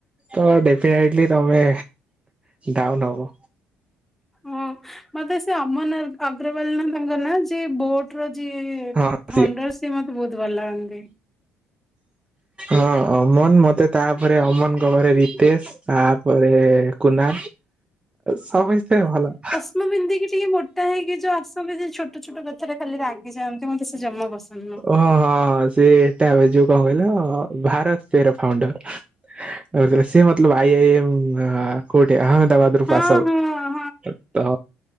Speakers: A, on the right (about 20°); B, in the centre.
A: ତ ଡେଫିନେଟିଲି ତମେ ଡାଉନ ହବ।
B: ହଁ ମତେ ସେ ଅମନ ଅଗ୍ରୱାଲ ନା ତାଙ୍କ ନା ଯେ ବୋଟ ର ଯିଏ
A: ହଁ ସିଓର।
B: ଫଣ୍ଡର ସିଏ ମତେ ବହୁତ ଭଲ ଲାଗନ୍ତି।
A: ହଁ ଅମନ ମତେ ତାପରେ ଅମନଙ୍କ ଘରେ ରିତେଶ ତାପରେ କୁନା, ସମେସ୍ତେ ଭଲ।
B: ମ ମ୍ ପିନ୍ଧିକି ଟିକେ ମୋଟା ହେଇକି ଯୋଉ ଆସନ୍ତି, ସେ ଛୋଟ ଛୋଟ କଥାରେ ଖାଲି ରାଗି ଯାଆନ୍ତି ମତ ସେ ଜମା ପସନ୍ଦ ନୁହଁ।
A: ଓହଁ ହଁ, ସେ ଏଟା ଯୋଉ କଣ କହିଲା ଭାରତ ସେର ଫାଉଣ୍ଡର। ସେ ମତଲବ ଆଇ ଆଇଏ ଏମ୍ କୋଉଠି ଆହାମଦାବାଦ? ଟୁ
B: ହଁ
A: ପାସ ଆଉଟ
B: ହଁ
A: ତ